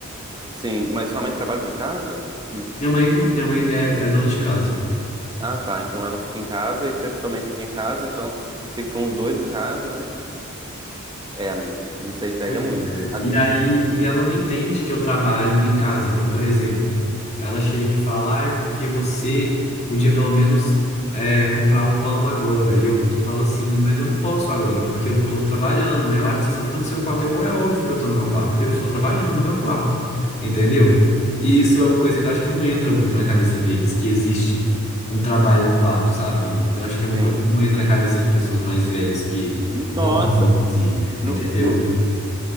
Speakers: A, on the right (about 20°); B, on the left (about 35°).
A: sim, mas sua mãe trabalha de casa? Uhum.
B: Minha mãe, não- minha mãe é, é dona de casa.
A: Ah, tá. Então ela fica em casa e você também fica em casa, então ficam os dois em casa, né? É, é, amigo. Isso aí pega
B: Pois
A: muito.
B: é.
A: Ah,
B: E aí, e ela não entende que eu trabalho em casa. Então, por exemplo, ela chega e fala, ai, porque você podia pelo menos é, comprar o pão agora. E eu tô, falo assim, mas eu não posso agora, porque eu tô trabalhando. Ela, ai, você só fica no seu quarto. Eu, é óbvio que eu tô no meu quarto, porque eu estou trabalhando no meu quarto. Entendeu? E isso é uma coisa que eu acho que não entra muito na cabeça deles, que existe um trabalho no quarto, sabe? Então, acho que é uma
A: sim.
B: coisa que não entra na cabeça de pessoas mais velhas que vão
A: Nossa,
B: home office,
A: no,
B: entendeu?
A: no-